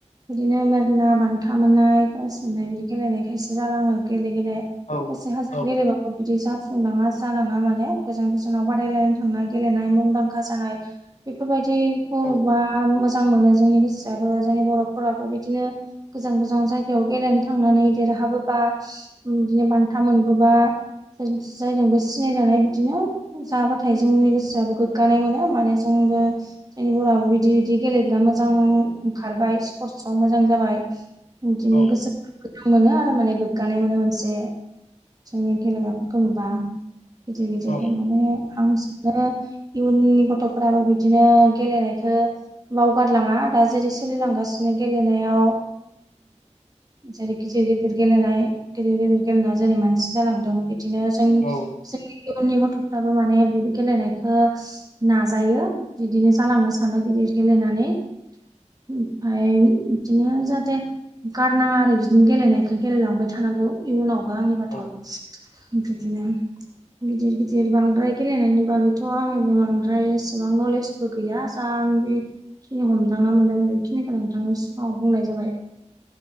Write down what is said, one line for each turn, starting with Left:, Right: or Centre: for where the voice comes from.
Right: बिदिनो मेरला बान्था मोननाय प्राइस मोननाय बिदि गेलेनाय खायसेो जालाङो गेले
Left: औ
Right: से हाजार
Left: औ
Right: गेलेब बिदि जाफुंनाङा जानाङा माने गोजान गोजानाव बादायलायनो थांनाय गेलेनाय मुंदांखा जानाय। बेफोरबायदिखौबा
Left: औ
Right: मोजां मोनो जोंनि गोसोआाबबो जोंनि बर'फोराबो बिदिनो। गोजान गोजान जायगायाव गेलेनो थांनानै देरहाबोबा बिदिनो बान्था मोनबोबा सोर फायजोंबो सिनायजानाय बिदिनो जाबाथाय जोंनि गोसोआबो गोग्गानाय मोनो माने जोंबो। जोंनि बर'आो बिदि बिदि गेलेग्रा मोजां ओंखारबाय स्पर्टसाव मोजां जाबाय। बिदिनो
Left: औ
Right: गोसो मोनो आरो माने गोग्गानाय मोनो मोनसे माखासे जोंनि गेलेग्राफोरखौ नुबा गिदिर गिदिर
Left: औ
Right: माने आं इयुननि गथ'फोराबो बिदिनो गेलेनायखौ बावगारलाङा दा जेरै सोलिलांगासिनो गेलेनायाव जेरै गिदिर गिदिर गेलेनाय गिदिर गिदिर गेलेनाय जेरै मानसि जालांदों बिदिनो जोंनि
Left: औ
Right: जोंनि इयुननि गथ'फ्राबो माने बिबो गेलेनायखौ नाजायो बिदिनो जालांनो सानो गिदिर गेलेनानै ओमफफ्राय बिदिनो जाहाथे गारनाङा आरो बिदिनो गेलेनायखौ गेलेलांबाय। थानांगौ इयुनावबो आंनि बाथ'
Left: औ
Right: बिदिनो। गिदिर गिदिर बांद्राय गेलेनायनि बागैथ' आङो बे बांद्राय एसेबां नलेज बो गैया जां जिखिनि हमदांना मोनदां बेखिनिखौ नोंथांनि सिगाङाव बुंनाय जाबाय।